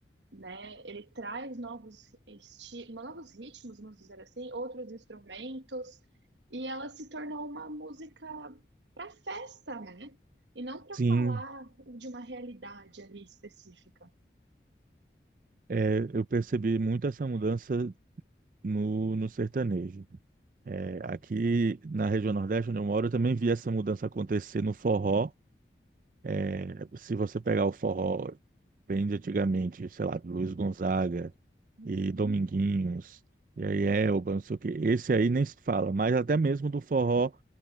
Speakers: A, on the right; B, on the right.
A: né? Ele traz novos esti novos ritmos, vamos dizer assim, outros instrumentos, e ela se tornou uma música para festa, né? E não para
B: sim,
A: falar de uma realidade ali específica.
B: é, eu percebi muito essa mudança no, no sertanejo. É, aqui na região Nordeste, onde eu moro, eu também vi essa mudança acontecer no forró. É, se você pegar o forró bem de antigamente, sei lá, Luiz Gonzaga.
A: Uhum,
B: e Dominguinhos, e aí Elba, não sei o quê. Esse aí nem se fala, mas até mesmo do forró